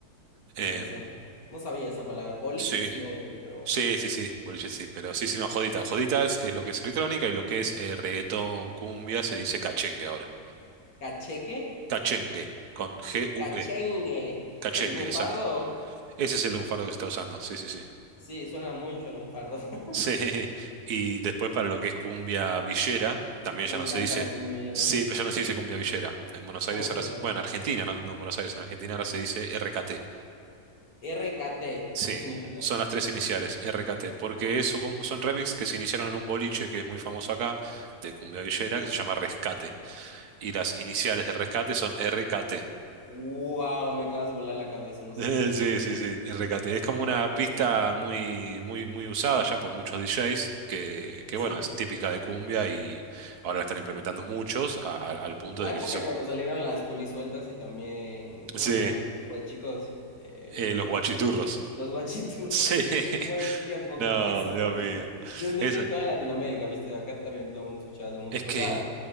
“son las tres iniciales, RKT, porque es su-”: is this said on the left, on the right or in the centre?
Right